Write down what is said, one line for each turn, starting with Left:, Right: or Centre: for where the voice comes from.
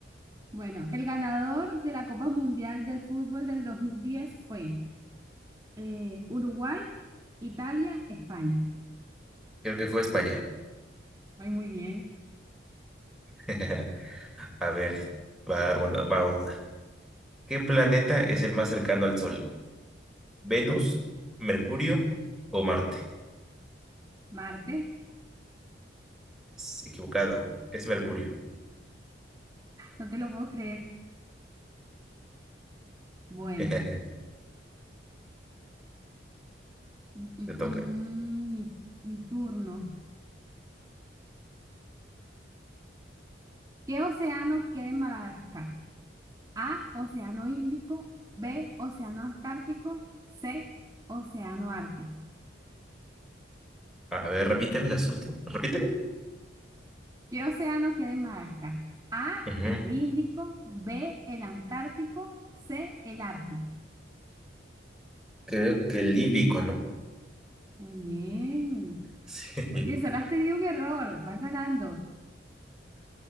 Right: Bueno, el ganador de la Copa Mundial del Fútbol del 2010 fue eh, Uruguay, Italia, España.
Centre: Creo que fue España.
Right: Ay, muy bien.
Centre: <laughs> A ver, va una, va una. ¿Qué planeta es el más cercano al Sol? ¿Venus, Mercurio o Marte?
Right: Martes,
Centre: Es equivocado, es Mercurio.
Right: no te lo puedo creer. Bueno,
Centre: <laughs>
Right: mm, mm,
Centre: Te toca.
Right: mm, mi, mi turno. ¿Qué océano queda en Madagascar? A, Océano Índico, B, Océano Antártico, C, Océano Ártico.
Centre: A ver, repíteme las últimas. Repíteme.
Right: ¿Qué océano queda en Madagascar? A,
Centre: Ujú.
Right: el Índico, B, el Antártico, C, el Ártico.
Centre: Creo que el Índico, ¿no? <laughs>
Right: Muy bien.
Centre: Sí.
Right: Oye, solo has tenido un error. Vas ganando.